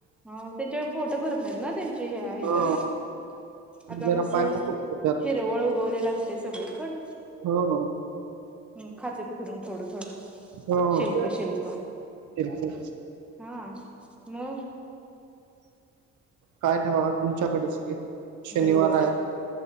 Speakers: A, in the centre; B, on the right.
A: हो. तेच्यी पोट भरत नाहीत ना त्यांची हे या हेजात.
B: हो
A: आता
B: जरा
A: कसं,
B: पाय मोकळेतात
A: हिरवळ उगवलेलं असतंय सगळीकडं.
B: हो हो.
A: हं.. खातेत फिरून थोडं थोडं
B: हो
A: शिल्क शिल्क.
B: बिलकुल
A: हा मग.
B: काय नाही बघा तुमच्याकडचं की, शनिवार
A: बर
B: आहे